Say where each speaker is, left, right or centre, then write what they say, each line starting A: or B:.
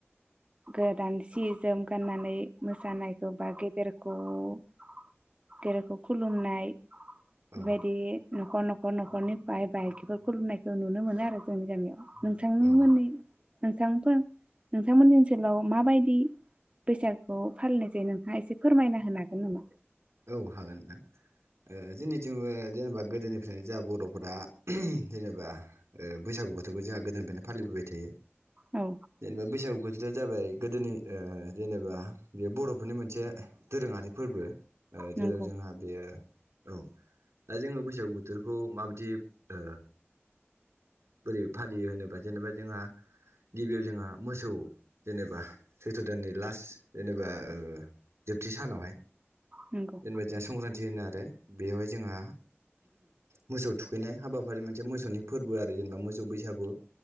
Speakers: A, on the right; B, on the right.
A: गोदान सि जोम गाननानै मोसानायखौ बा गेदेर <unintelligible> खुलुमनाय
B: औ
A: बेेबायदि न'खर न'खर न'खरनि बाय बाहागि बेफोरखौ खुलुमनायखौ नुनो मोनो आरो जोंनि गामियाव नोंथांनो
B: औ
A: मोननै नोंथांफोर नोंथांमोननि ओनसोलाव माबायदि बैसागुखौ फालिनाय जायो नोंथाङा एसे फोरमायना होनो हागोन नामा
B: औ हागोन नोंथां जोंनिथिंबो जेनेबा गोदोनिफ्रायनो जोंहा बर'फोरा जेनेबा ओ बैसागु बोथोरखौ जोंहा गोदोनिफ्रायनो फालिबोबाय थायो
A: औ
B: जेनेबा बैसागुखौ जों जाबाय गोदोनि जेनेबा बे बर'फोरनि मोनसे दोरोङारि फोरबो ओ
A: नंगौ
B: जेराव जोंहा बेयो औ दा जोङो बैसागु बोथोरखौ माबायदि ओ बोरै फालियो होनोबा जेनेबा जोंहा गिबियाव जोंहा मोसौ जेनेबा सैथ्र' दाननि लास्ट जेनेबा ओ जोबथि सानावहाय
A: नंगौ
B: जेनेबा जोंहा संक्रान्ति होनो आरो बेवहाय जोंहा मोसौ थु खैनाय हाबाफारि मोनसे मोसौनि फोरबो आरो जेनेबा मोसौ सौ बैसागु